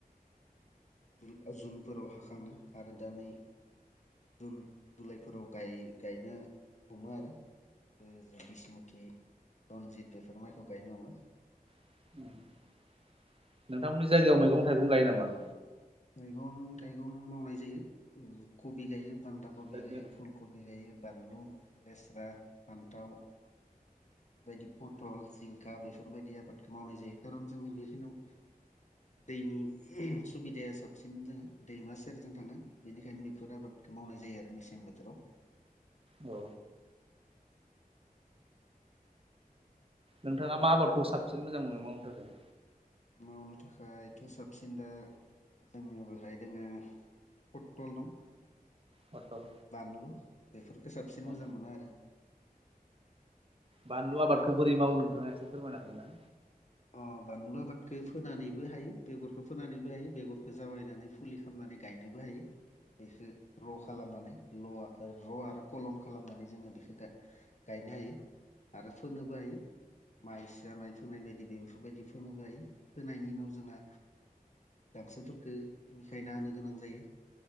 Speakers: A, on the left (about 50°); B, on the right (about 40°).
A: जुल जुनफोराव हाखाङो आरो दा नै। जुन जुलाइफोराव गाय गायनो हमो आरो। बे जेबिसमति रनजित बेफोर माइखौ गायनो हम
B: <inaudible> नोंथांमोननि जायगायाव मैगं थाइगं गायो नामा?
A: मैगं थाइगं मावनाय जायो उम कबि गायो। बान्दा कबि
B: ओरैनो
A: गायो, फुल कबि गायो। बानलु, लेस्रा, फान्थाव बे बादि पथल, जिंखा बेफोरबायदि आबादखौ मावनाय जायो खारन जोंनि बेखिनाव दैनि सुबिदाया साबसिन जोङो दैमा सेरजों थाङो। बेनिखायनो बेफोर आबादखौ मावनाय जायो आरो मेसें बोथोराव।
B: औ नोंथाङा मा आबादखौ साबसिन मोजां मोनो मावनो थाखाय?
A: मावनो थाखायथ' साबसिन दा जोंनियाव बेेहाय दोङो। फथल दं
B: पटल
A: बानलु बेफोरखौ साबसिन
B: औ
A: मोजां मोनो आरो।
B: बानलु आबादखौ बोरै मावो नोंथाङा एसे फोरमायनो हागोन ना?
A: अ बानलु आबादखो फोनानैबो हायो बेगरखौ फोनानैबो हायो। बेगरखौ जावायनानै फुलि खालामना माने गायनोबो हायो। बेखो र' खालामनानै ल' र' आरो कलन खालामनानै जोङो। बे गा-गायनो हायो। आरो फोनोबो हायो माइ सिया माइ फोनाय बायद दि‌ बेफोरबायदि फोनो फोनायनि उनाव जोंहा गांसो फोरखो सिखारना होनो गोनां जायो।